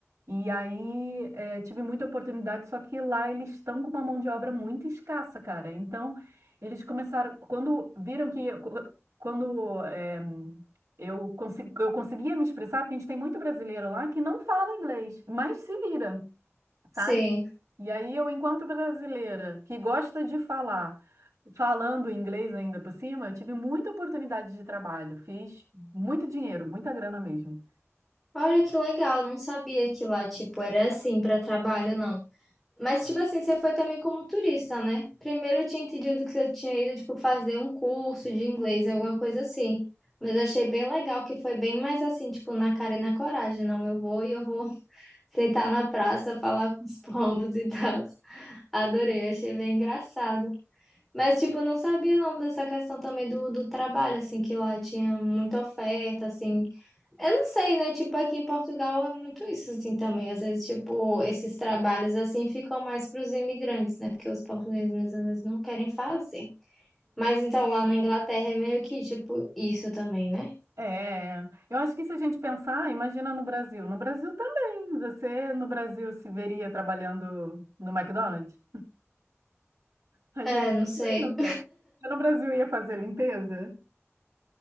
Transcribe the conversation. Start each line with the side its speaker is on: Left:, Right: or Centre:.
Right: E aí, eh, tive muita oportunidade, só que lá eles estão com uma mão de obra muito escassa, cara. Então, eles começaram, quando viram que, quando eh, eu, consigo, eu conseguia me expressar, porque a gente tem muito brasileiro lá que não fala inglês, mas se vira,
Centre: sim.
Right: sabe? E aí, eu, enquanto brasileira, que gosta de falar, falando inglês ainda por cima, eu tive muita oportunidade de trabalho, fiz muito dinheiro, muita grana mesmo.
Centre: Olha que legal, não sabia que lá, tipo, era assim para trabalho, não. Mas, tipo assim, você foi também como turista, né? Primeiro eu tinha entendido que você tinha ido, tipo, fazer um curso de inglês, alguma coisa assim. Mas achei bem legal que foi bem mais assim, tipo, na cara e na coragem. Não, eu vou e eu vou <laughs> sentar na praça, falar com os pombos e tal. Adorei, achei bem engraçado. Mas, tipo, eu não sabia não dessa questão também do, do trabalho, assim, que lá tinha muita oferta, assim. Eu não sei, né? Tipo, aqui em Portugal é muito isso, assim, também. Às vezes, tipo, esses trabalhos, assim, ficam mais para os imigrantes, né? Porque os portugueses, às vezes, não querem fazer. Mas, então, lá na Inglaterra é meio que, tipo, isso também, né?
Right: É, eu acho que se a gente pensar, imagina no Brasil. No Brasil também. Você no Brasil se veria trabalhando no McDonald's? A
Centre: É,
Right: gente
Centre: não sei.
Right: também não quer. Eu no Brasil ia fazer limpeza?